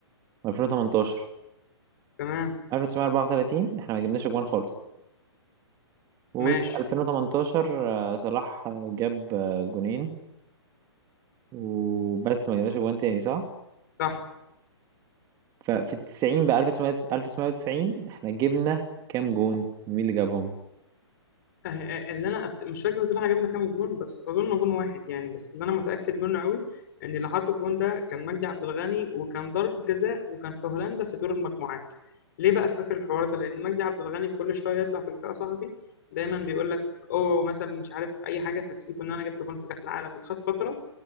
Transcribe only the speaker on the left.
تمام
ماشي
صح
آه آه اللي انا أفت... مش فاكر بصراحة جبنا كام جون بس اظن جون واحد يعني بس اللي انا متأكد منه قوي ان اللي حط الجون ده كان مجدي عبد الغني وكان ضرب جزاء وكان في هولندا في دور المجموعات ليه بقى فاكر الحوار ده لان مجدي عبد الغني كل شوية يطلع في لقاء صحفي دايما بيقول لك اوه مثلا مش عارف اي حاجة تنسيكم ان انا جبت جون في كأس العالم وخد فترة